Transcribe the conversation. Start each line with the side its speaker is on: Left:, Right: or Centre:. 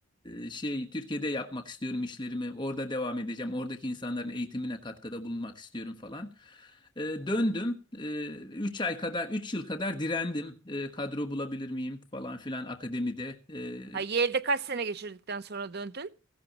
Left: e, şey Türkiye'de yapmak istiyorum işlerimi orada devam edeceğim oradaki insanların eğitimine katkıda bulunmak istiyorum falan. E, döndüm E, üç ay kadar üç yıl kadar direndim E, kadro bulabilir miyim falan filan akademide. E,
Right: Ha Yale'de kaç sene geçirdikten sonra döndün?